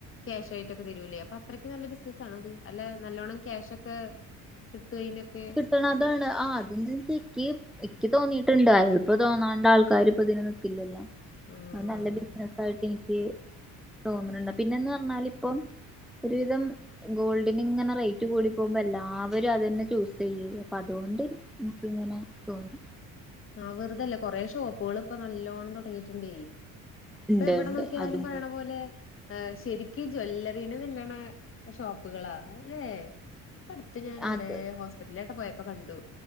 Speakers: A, on the left; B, in the centre.
A: ക്യാഷായിട്ടൊക്കെ തരൂലേ അപ്പൊ അത്രക്ക് നല്ല ബിസിനസ്സാണൊ അത് അല്ല നല്ലോണ്ണം ക്യാഷ് ഒക്കെ കിട്ടോ അയിനൊക്കെ
B: ക്കണ് അതാണ് ആ അതും <unintelligible> ഇക്ക് തോന്നീയിട്ടുണ്ട് <unintelligible> തോന്നാണ്ട ആൾക്കാര് ഇപ്പ ഇതിന് നിക്കില്ലല്ലോ.
A: ആഹ്
B: അയ് നല്ല ബിസിനസ് ആയിട്ട് എനിക്ക് തോന്ന്ണണ്ട്. പിന്നെന്ന് പറഞ്ഞാൽ ഇപ്പം ഒരുവിധം ഗോൾഡിന് ഇങ്ങനെ റേറ്റ് കൂടി പോവുമ്പോ എല്ലാവരു അതന്നെ ചൂസ് ചെയ്യുള്ളു അപ്പ അതോണ്ട് ഇൻക്ക് ഇങ്ങനെ തോന്നി.
A: ആ വെറുതല്ല കൊറെ ഷോപ്പുകൾ ഇപ്പ നല്ലോണം തൊടങ്ങിയിട്ട്ണ്ടേ. ഇപ്പ
B: ഇണ്ട്
A: എവിടെ
B: ഇണ്ട്
A: നോക്കിയാലും
B: അതും
A: പറയണ പോലെ ആ ശെരിക്ക് ജ്വല്ലറീനെ വെല്ല്ണ ഷോപ്പുകളാ അല്ലേ. ഇപ്പ അട്ത്ത് ഞാന് എവിടേ
B: അത്
A: ഹോസ്പിറ്റലിലേട്ട പോയപ്പോ കണ്ടു.